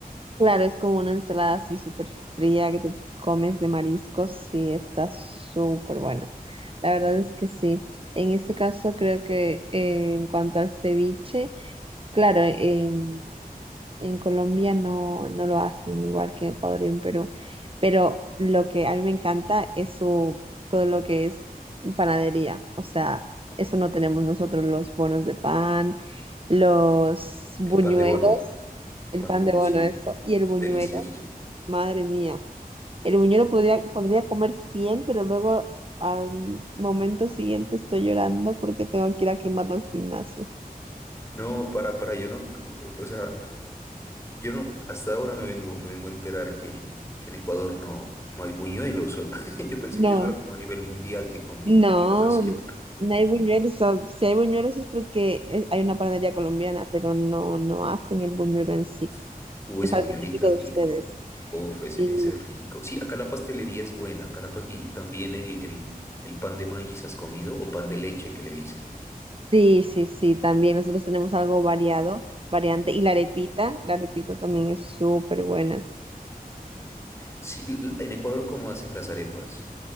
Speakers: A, on the right (about 35°); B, on the left (about 15°).
A: Claro, es como una ensalada así súper fría que te comes de mariscos, sí, está súper buena. La verdad es que sí. En este caso, creo que eh, en cuanto al ceviche, Claro, en, en Colombia no, no lo hacen igual que en Ecuador y en Perú, pero lo que a mí me encanta es su, todo lo que es panadería, o sea, eso no tenemos nosotros, los bonos de pan, los buñuelos,
B: El pan de bono,
A: el
B: pan
A: pan
B: de bono,
A: de bono,
B: sí,
A: eso, y el buñuelo,
B: delicioso, sí.
A: madre mía, el buñuelo podría, podría comer 100, pero luego al momento siguiente estoy llorando porque tengo que ir a quemarlo al gimnasio.
B: No, para, para, yo no, no, o sea... Yo no, hasta ahora me vengo, me vengo a enterar que, que en Ecuador no, no hay buñuelos. solo- <laughs> Yo pensé
A: No.
B: que eso era como a nivel mundial que comí,
A: No,
B: que, que las hacían.
A: no no hay buñuelos. o- Si hay buñuelos es porque es- hay una panadería colombiana, pero no, no hacen el buñuelo en sí.
B: <laughs> Uy,
A: Es
B: ese
A: algo
B: buñuelito
A: típico
B: es
A: de
B: rico.
A: ustedes.
B: Uf, ese,
A: Sí,
B: ese es rico. Sí, acá la pastelería es buena. Acá la pas- y también el, el, el pan de maíz, ¿has comido? O pan de leche que le dicen.
A: sí, sí, sí, también nosotros tenemos algo variado, variante. Y la arepita, la arepita también es súper buena.
B: Sí, l- en Ecuador, ¿cómo hacen las arepas?